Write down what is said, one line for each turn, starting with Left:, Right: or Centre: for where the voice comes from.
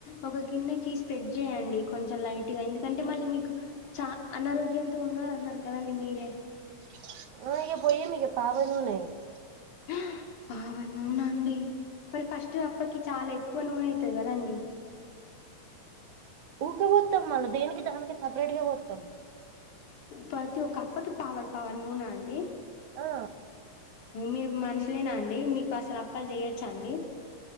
Left: ఒక గిన్నెకి స్ప్రెడ్ చేయ్యండి కొంచెం లైట్ గా ఎందుకంటే మళ్ళీ మీకు చ అనారోగ్య అంత ఉన్నారు అన్నారు కదా అండి మీరే
Right: <unintelligible>
Left: <unintelligible> చాలా ఎక్కువ నూనె అయితది కదండి
Right: ఊకే పోతాం మళ్ళ దీనికి దానికి సపరేట్ గా <unintelligible>
Left: ప్రతి ఒక్క అప్పకి <unintelligible> నూన అండి
Right: ఆ
Left: మీరు మనుషులేన అండి మీకు అసలు అప్పలు చెయొచ్చ అండి